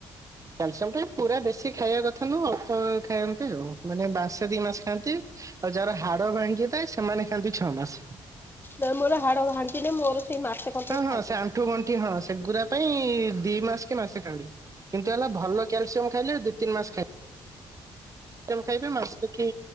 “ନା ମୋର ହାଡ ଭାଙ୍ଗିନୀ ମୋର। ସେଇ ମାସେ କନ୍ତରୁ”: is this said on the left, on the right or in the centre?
Left